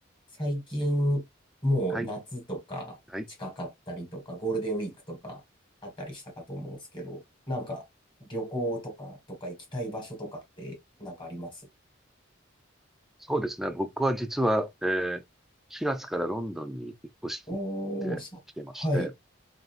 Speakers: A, on the left (about 25°); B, in the centre.
A: 最近、もう夏とか近かったりとか、
B: はい、はい。
A: ゴールデンウィークとかあったりしたかと思うんですけど、なんか旅行とか、とか行きたい場所とかってなんかあります
B: そうですね。僕は実は、えー、4月からロンドンに引っ越してきてまして、
A: おー、そうですか。はい。